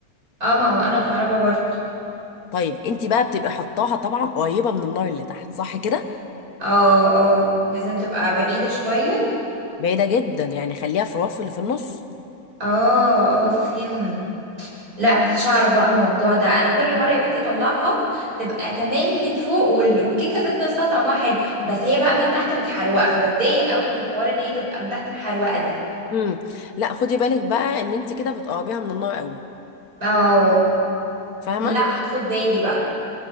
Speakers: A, on the right; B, on the left.
A: اه ما هو انا كهربا برضو
B: طيب انت بقى بتبقي حطاها طبعا قريبه من النار اللي تحت صح كده
A: اه اه لازم تبقى بعيده شويه
B: بعيده جدا يعني خليها في الرف اللي في النص
A: اه اه فهم لا ما كنتش اعرف بقى الموضوع ده انا كل مره يا بنتي اطلعها تبقى تمام من فوق وال- والكيكه ذات نفسها طعمها حلو بس هي بقى من تحت متحروقه فبتضايق قوي من الحوار ان هي تبقى من تحت محروقه دي
B: امم لا خدي بالك بقى ان انت كده بتقربيها من النار قوي
A: اه
B: فاهمه
A: لا خد بالي بقى